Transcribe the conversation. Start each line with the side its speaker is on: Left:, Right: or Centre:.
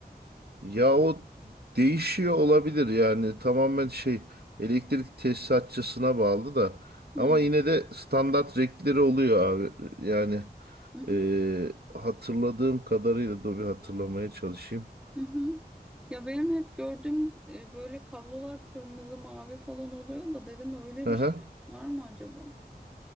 Right: Ya o değişiyor olabilir yani tamamen şey elektrik tesisatçısına bağlı da
Centre: Hı
Right: ama yine de standart renkleri oluyor abi. Yani
Centre: hı hı.
Right: e, hatırladığım kadarıyla dur bir hatırlamaya çalışayım.
Centre: hı. Ya benim hep gördüğüm e, böyle kablolar kırmızı mavi falan oluyor da dedim öyle
Right: Aha.
Centre: bir şey var mı acaba?